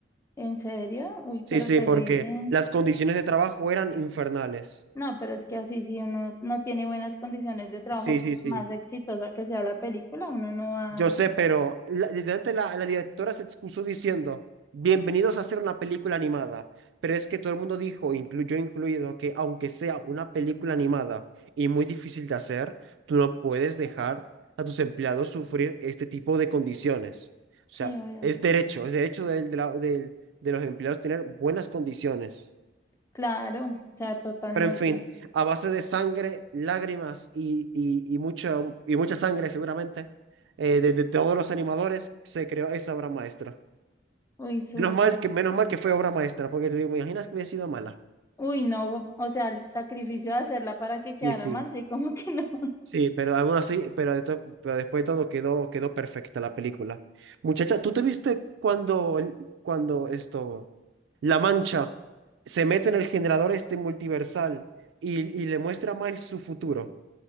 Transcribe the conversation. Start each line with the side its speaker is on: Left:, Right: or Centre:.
Left: ¿En serio? Uy,
Right: Sí,
Left: pero
Right: sí,
Left: terrible.
Right: porque las condiciones de trabajo eran infernales.
Left: No, pero es que así si uno no tiene buenas condiciones de trabajo,
Right: Sí,
Left: por
Right: sí, sí.
Left: más exitosa que sea la película, uno no va...
Right: Yo sé, pero la, literalmente la, la directora se excusó diciendo, bienvenidos a hacer una película animada. Pero es que todo el mundo dijo, inclu- yo incluido, que aunque sea una película animada y muy difícil de hacer, tú no puedes dejar a tus empleados sufrir este tipo de condiciones. O
Left: Sí,
Right: sea,
Left: obvio.
Right: es derecho, es derecho del- de, la- del- de los empleados tener buenas condiciones.
Left: Claro, o sea, totalmente.
Right: Pero en fin, a base de sangre, lágrimas y, y, y, mucha, y mucha sangre seguramente, eh, de, de todos los animadores se creó esa obra maestra.
Left: Uy, súper.
Right: Menos mal que, menos mal que fue obra maestra, porque te digo, me imaginas que hubiera sido mala.
Left: Uy, no, o sea, el sacrificio de hacerla para que quedara
Right: Sí, sí.
Left: mal, sí, como que no. <laughs>
Right: Sí, pero aún así, pero, de to- pero después de todo quedó, quedó perfecta la película. Muchacha, ¿tú te viste cuando, el- cuando esto, La Mancha se mete en el generador este multiversal y, y le muestra a Miles su futuro?